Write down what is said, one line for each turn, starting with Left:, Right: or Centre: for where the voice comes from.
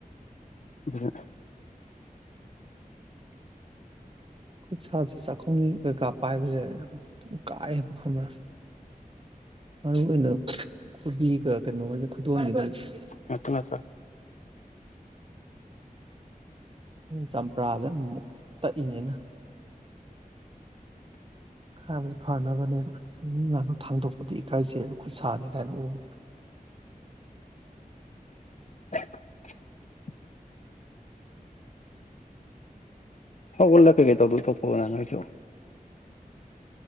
Left: ꯎꯃ
Right: ꯈꯨꯠ ꯁꯥꯥꯁꯦ ꯆꯥꯈꯨꯝꯒꯤ ꯀꯩꯀꯥ ꯄꯥꯏꯕꯁꯦ ꯀꯥꯏꯌꯦꯕ ꯈꯪꯕ꯭ꯔ ꯃꯔꯨ ꯑꯣꯏꯅ ꯈꯨꯕꯤꯒ ꯀꯩꯅꯣꯒꯁꯦ ꯈꯨꯗꯣꯝꯕꯤꯒꯁꯦ
Left: ꯉꯥꯛꯇꯪ ꯉꯥꯛꯇꯪ
Right: ꯆꯝꯄ꯭ꯔꯥꯁꯦ ꯑꯃꯨꯃꯨꯛ ꯇꯛꯏꯅꯦ ꯑꯩꯅ ꯈꯔꯥꯕꯨꯗꯤ ꯐꯅꯕꯅꯦꯕ ꯁꯤ ꯃꯤ ꯃꯥꯡꯗ ꯊꯥꯡꯗꯣꯛꯄꯗ ꯏꯀꯥꯏꯖꯩꯕ ꯈꯨꯠ ꯁꯥꯅꯤ ꯀꯥꯏꯅ ꯎꯕꯗ
Left: <inaudible> ꯍꯥꯎ ꯎꯂ ꯀꯒꯩ ꯇꯧꯗꯨ ꯇꯧꯊꯣꯛꯑꯣꯗꯅ ꯅꯪꯁꯨ